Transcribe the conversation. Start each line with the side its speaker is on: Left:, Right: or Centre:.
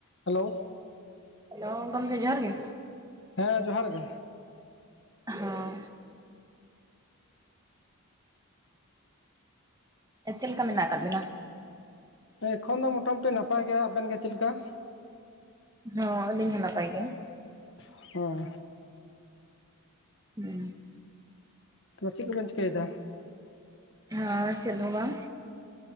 Left: Hello
Right: hello <unintelligible> ᱡᱚᱦᱟᱨᱜ ᱜᱮ᱾
Left: ᱦᱮᱸ ᱡᱚᱦᱟᱨ ᱜᱮ᱾
Right: ᱦᱚᱸ ᱪᱮᱫ ᱞᱮᱠᱟ ᱢᱮᱱᱟᱜ ᱟᱠᱟᱫ ᱵᱤᱱᱟ?
Left: ᱮᱠᱷᱚᱱ ᱫᱚ ᱢᱚᱴᱟᱢᱩᱴᱤ ᱱᱟᱯᱟᱭ ᱜᱮᱭᱟ, ᱟᱵᱮᱱ ᱜᱮ ᱪᱮᱫ ᱞᱮᱠᱟ?
Right: ᱦᱚ ᱟᱹᱞᱤᱧ ᱦᱚᱸ ᱱᱟᱯᱟᱭ ᱜᱮ᱾
Left: <unintelligible> ᱦᱮᱸ
Right: <unintelligible>
Left: ᱛᱚ ᱪᱮᱫ ᱠᱚᱵᱮᱱ ᱪᱤᱠᱟᱹᱭᱮᱫᱟ
Right: ᱦᱮᱸ ᱪᱮᱫ ᱦᱚᱸ ᱵᱟᱝ